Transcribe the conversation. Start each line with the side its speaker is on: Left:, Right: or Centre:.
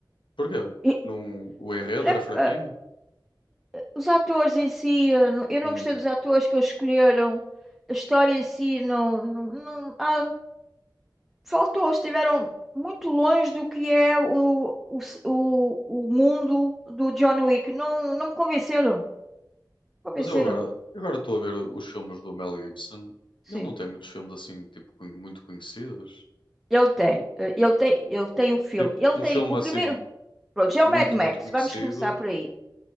Left: Porquê?
Centre: E,
Left: não o enredo
Centre: né,
Left: era fraquinho?
Centre: ah, os atores em si, eu não, eu não
Left: Hum.
Centre: gostei dos atores que eles escolheram. A história em si não, não, não- ah, faltou, estiveram muito longe do que é o, o, o, o mundo do John Wick. Não, não me convenceram. Convenceram.
Left: Mas eu agora, eu agora estou a ver o- os filmes do Mel Gibson.
Centre: Sim.
Left: Ele não tem muitos filmes assim, tipo, con- muito conhecidos.
Centre: Ele tem, eh, ele tem, ele tem um filme,
Left: Tipo,
Centre: ele
Left: um
Centre: tem
Left: filme
Centre: o
Left: assim,
Centre: primeiro. Pronto, já é
Left: muito,
Centre: o Mad Max,
Left: muito conhecido.
Centre: vamos começar por aí.